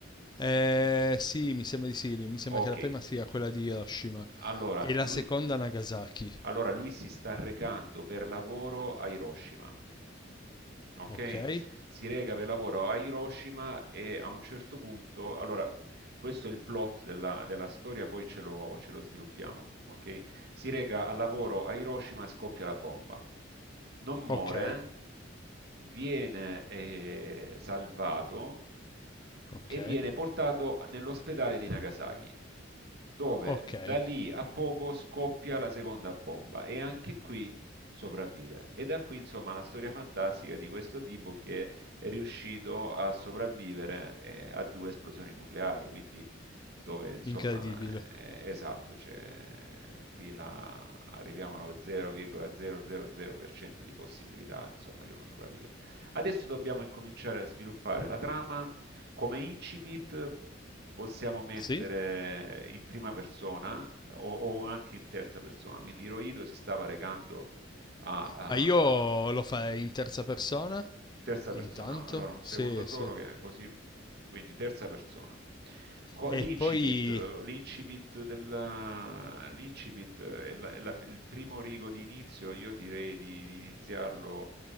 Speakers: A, on the left; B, on the right.
A: Eh, sì, mi sembra di sì. Mi sembra
B: Ok,
A: che la prima sia quella di Hiroshima
B: allora
A: e la
B: lui,
A: seconda Nagasaki.
B: allora lui si sta recando per lavoro a Hiroshima. ok?
A: Ok?
B: Si reca per lavoro a Hiroshima e a un certo punto, allora, questo è il plot della, della storia, poi ce lo, ce lo sviluppiamo, ok? Si reca al lavoro a Hiroshima e scoppia la bomba. Non muore,
A: Ok,
B: viene eh, salvato
A: ok,
B: e viene portato nell'ospedale di Nagasaki, dove
A: ok.
B: da lì a poco scoppia la seconda bomba. E anche qui sopravvive. E da qui, insomma, la storia fantastica di questo tipo che è riuscito a sopravvivere eh, a due esplosioni nucleari, quindi dove, insomma,
A: Incredibile.
B: eh, esatto, cioè, qui la- arriviamo allo 0,000% di possibilità, insomma, che uno sopravvive. Adesso dobbiamo incominciare a sviluppare la trama. Come incipit possiamo mettere
A: Sì?
B: in prima persona o, o anche in terza persona. Quindi Hirohito si stava recando a, a
A: Ma io lo farei in terza persona,
B: terza persona.
A: intanto.
B: Allora, un
A: Sì,
B: secondo solo
A: sì.
B: che così, quindi terza persona. Co-
A: E
B: L'incipit,
A: poi...
B: l'incipit, della- l'incipit è la- è la- il primo rigo di inizio, io direi di, di iniziarlo